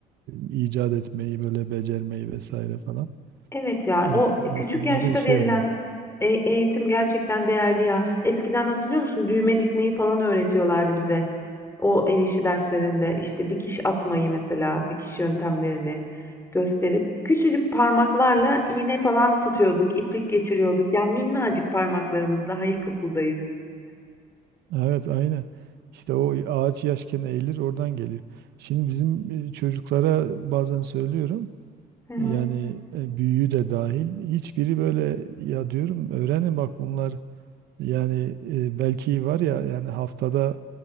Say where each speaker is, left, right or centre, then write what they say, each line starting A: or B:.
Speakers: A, on the right; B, on the left.
A: e, icat etmeyi böyle becermeyi vesaire falan.
B: Evet ya
A: E, O
B: o küçük
A: konularda
B: yaşta
A: işe
B: verilen
A: yarıyor.
B: e- eğitim gerçekten değerli ya. Eskiden hatırlıyor musun? Düğme dikmeyi falan öğretiyorlardı bize. O el işi derslerinde işte dikiş atmayı mesela dikiş yöntemlerini gösterip küçücük parmaklarla iğne falan tutuyorduk, iplik geçiriyorduk. Ya minnacık parmaklarımız daha ilkokuldayız.
A: Evet aynen. İşte o ağaç yaşken eğilir oradan geliyor. Şimdi bizim e, çocuklara bazen söylüyorum.
B: Hı hı.
A: Yani e, büyüğü de dahil hiçbiri böyle ya diyorum öğrenin bak bunlar yani e, belki var ya yani haftada